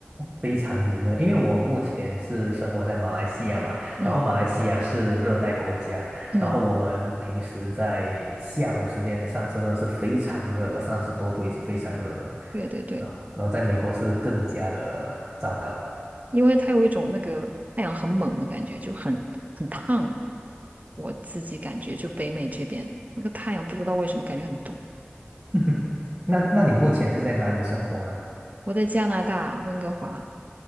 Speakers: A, on the right; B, on the right.
A: 非常炎热，因为我目前是生活在马来西亚嘛，
B: 嗯
A: 然后马来西亚是热带国家，
B: 嗯，
A: 然后我们平时在下午时间上车真的是非常热了，三十多度已经非常热了
B: 对对对，
A: 啊，然后在美国是更加的糟糕。
B: 因为它有一种那个太阳很猛的感觉，就很很烫。我自己感觉就北美这边那个太阳不知道为什么感觉很毒。
A: <laughs> 那那你目前是在哪里生活呢？
B: 我在加拿大温哥华，